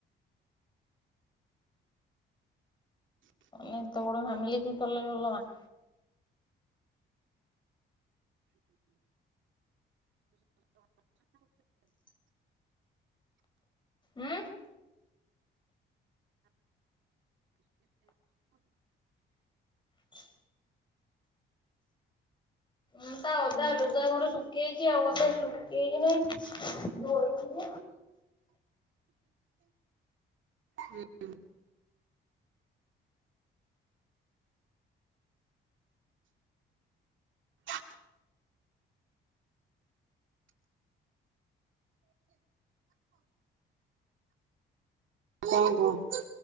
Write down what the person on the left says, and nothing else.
େ ତର ହାମିଲି କି କଲେ ବଲ ମା ହୁଁ ଉଁ ଅଧା ଲୁଗା ମୋର ଶୁଖିଯାଇଛି ଆଉଅଧା ଶୁଖିଛି କି ନାଇଁ?